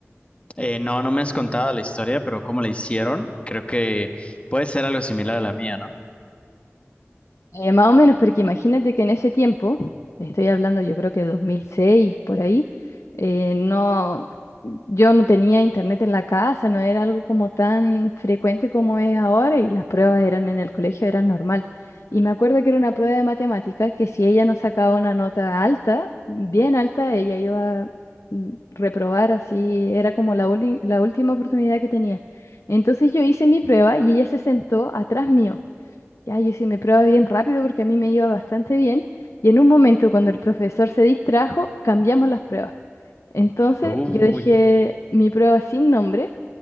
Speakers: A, on the left; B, on the left.
A: Eh, no, no me has contado la historia, pero cómo la hicieron, creo que puede ser algo similar a la mía, ¿no?
B: Eh, más o menos, porque imagínate que en ese tiempo, estoy hablando yo creo que 2006, por ahí, eh, no, yo no tenía internet en la casa, no era algo como tan frecuente como es ahora y las pruebas eran en el colegio, eran normal. Y me acuerdo que era una prueba de matemática que si ella no sacaba una nota alta, bien alta, ella iba a mm, reprobar así, era como la, uni- la última oportunidad que tenía. Entonces yo hice mi prueba y ella se sentó atrás mío. Ya, yo sí me probaba bien rápido porque a mí me iba bastante bien. Y en un momento, cuando el profesor se distrajo, cambiamos las pruebas. Entonces,
A: Uy,
B: yo dejé mi prueba sin nombre.